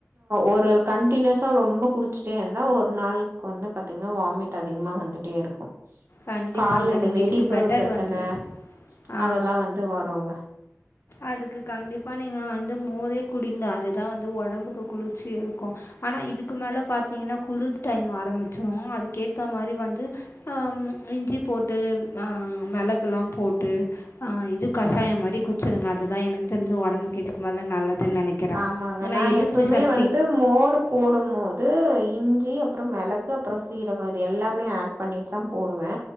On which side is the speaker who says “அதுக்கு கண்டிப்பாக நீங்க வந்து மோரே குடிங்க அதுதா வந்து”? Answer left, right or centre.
Left